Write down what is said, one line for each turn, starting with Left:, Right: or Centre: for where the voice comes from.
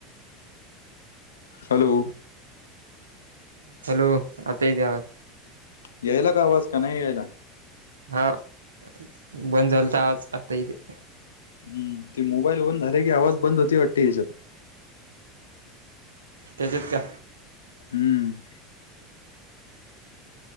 Left: Hello.
Right: Hello, आता येते आवाज?
Left: यायला का आवाज, का नाय यायला?
Right: हा, बंद झालंता आवाज आता येतें.
Left: हम्, ते मोबाईल बंद झाले की, आवाज बंद होते वाटत येच्यात.
Right: तेच्यात का?
Left: हम्म.